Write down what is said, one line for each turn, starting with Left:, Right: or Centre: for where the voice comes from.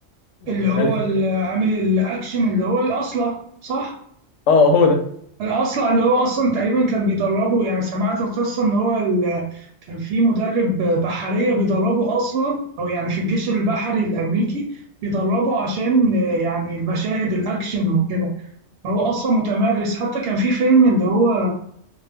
Left: يعني
Right: اللي هو
Left: غالبا
Right: ال- عامل الاكشن اللي هو الاصلع صح
Left: <laughs> اه هو ده
Right: الاصلع اللي هو اصلا تقريبا كان بيدربه يعني سمعت القصه ان هو ال- كان في مدرب بحريه بيدربه اصلا او يعني في الجيش البحري الامريكي بيدربه عشان آه، يعني المشاهد الاكشن وكده هو اصلا متمرس حتى كان في فيلم اللي هو